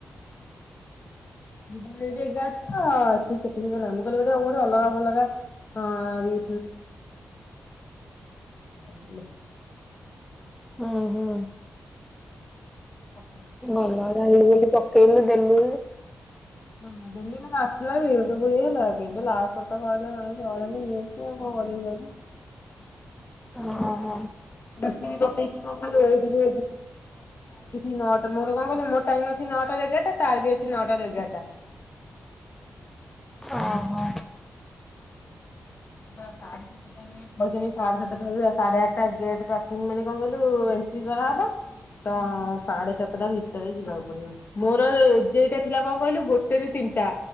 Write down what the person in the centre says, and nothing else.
<inaudible>
ଓ ହୋ।
ଭଲ ଗଲୁ ବୋଲି ପକେଇଲୁ ଦେଲୁ।
ଓହୋ।
ଓ ହୋ।